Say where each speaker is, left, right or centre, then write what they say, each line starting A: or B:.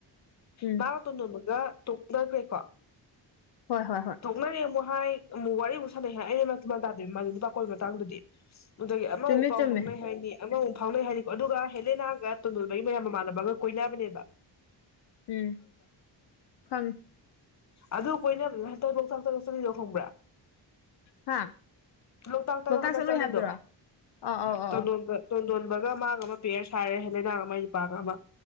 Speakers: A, on the left (about 65°); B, on the left (about 40°).
A: ꯎꯝ
B: ꯃꯥꯒ ꯇꯣꯟꯗꯣꯟꯕ ꯒ ꯇꯣꯛꯅꯒ꯭ꯔꯦ ꯀꯣ
A: ꯍꯣꯏ ꯍꯣꯏ ꯍꯣꯏ
B: ꯇꯣꯛꯅꯔꯦ ꯃꯣꯢ ꯍꯥꯏ ꯑꯃꯨꯛ ꯋꯥꯔꯤ ꯑꯃꯨꯛ ꯁꯥꯟꯅꯩ ꯍꯥꯏ ꯑꯩ ꯃꯦꯟ ꯇꯥꯗꯦ ꯃꯥ ꯅꯨꯄꯥ ꯀꯣꯏꯕꯩ ꯃꯇꯥꯡꯗꯗꯤ ꯑꯗꯨꯒꯤ ꯑꯃ
A: ꯆꯨꯝꯃꯦ
B: ꯃꯨꯛ ꯄꯥꯎ
A: ꯆꯨꯝꯃꯦ
B: ꯐꯥꯎꯅꯩ ꯍꯥꯏꯅꯤ ꯑꯃꯃꯨꯛ ꯐꯥꯎꯅꯩ ꯍꯥꯏꯅꯤꯀꯣ ꯑꯗꯨꯒ ꯍꯦꯂꯦꯅꯥꯒ ꯇꯣꯟꯗꯣꯜꯕꯒꯤ ꯃꯌꯥꯝ ꯃꯃꯥꯅ ꯕꯥ ꯀꯣꯏꯅꯥꯕꯅꯦꯕ
A: ꯎꯝ ꯈꯪꯏ
B: ꯑꯗꯨ ꯀꯣꯏꯅꯕꯗꯨ ꯍꯟꯗꯛ ꯂꯣꯛꯇꯥꯛꯇꯒ ꯆꯠ ꯈꯡꯕ꯭ꯔꯥ
A: ꯍꯥ
B: ꯂꯣꯛꯇꯥꯛꯇꯥꯒ
A: ꯂꯣꯛꯇꯥꯛ
B: ꯍꯟꯇꯛ
A: ꯆꯠꯂꯨꯏ
B: ꯆꯠꯂꯤꯗꯣ
A: ꯍꯥꯏꯕꯗꯨꯔꯣ ꯑꯧ ꯑꯧ ꯑꯧ
B: ꯇꯣꯟꯗꯣꯟ
A: ꯑꯧ
B: ꯇꯣꯟꯗꯣꯟꯕ ꯒ ꯃꯥꯒ ꯑꯃ ꯄꯦꯌꯔ ꯁꯥꯔꯦ ꯂꯩꯅꯥꯒ ꯃꯥꯢ ꯅꯨꯄꯥꯒ ꯑꯃ